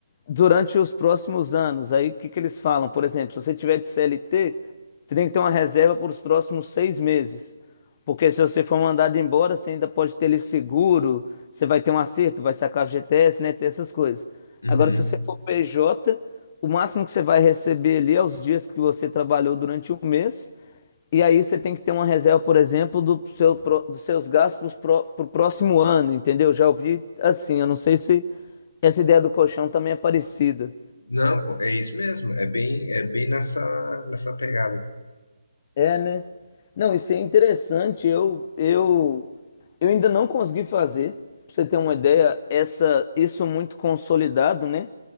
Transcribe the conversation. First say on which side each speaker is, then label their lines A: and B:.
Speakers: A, on the left (about 35°); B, on the left (about 75°).
A: durante os próximos anos. Aí o que que eles falam? Por exemplo, se você tiver de CLT, você tem que ter uma reserva por os próximos seis meses. Porque se você for mandado embora, você ainda pode ter ele seguro, você vai ter um acerto, vai sacar FGTS, né? Ter essas coisas.
B: uhum.
A: Agora, se você for PJ, o máximo que você vai receber ali é os dias que você trabalhou durante um mês e aí você tem que ter uma reserva, por exemplo, do seu, pro- dos seus gastos para o próximo ano, entendeu? Já ouvi assim, eu não sei se essa ideia do colchão também é parecida.
B: Não, co- é isso mesmo. É bem, é bem nessa, nessa pegada.
A: É, né? Não, isso é interessante. Eu, eu, eu ainda não consegui fazer, pra você ter uma ideia, essa, isso muito consolidado, né?